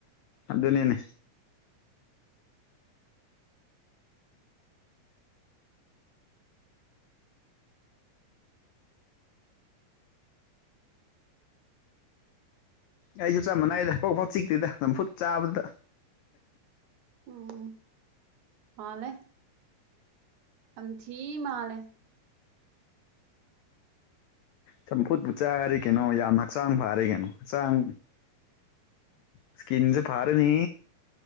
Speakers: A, on the left; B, on the right.
A: ꯑꯗꯨꯅꯤꯅꯦ ꯑꯩꯁꯨ ꯆꯞ ꯃꯥꯟꯅꯩꯗ ꯀꯣꯛꯐꯥꯎ ꯆꯤꯛꯇꯦꯗ ꯅꯝꯐꯨꯠ ꯆꯥꯕꯗꯨꯗ꯫
B: ꯎꯝ ꯃꯥꯂꯦ ꯌꯥꯝꯊꯤ ꯃꯥꯂꯦ꯫
A: ꯆꯝꯐꯨꯠꯄꯨ ꯆꯥꯔꯤ ꯀꯩꯅꯣ ꯌꯥꯝ ꯍꯛꯆꯥꯡ ꯐꯔꯦ ꯀꯩꯅꯣ ꯍꯛꯆꯥꯡ꯫ ꯏꯁꯀꯤꯟꯁꯨ ꯐꯔꯅꯤ꯫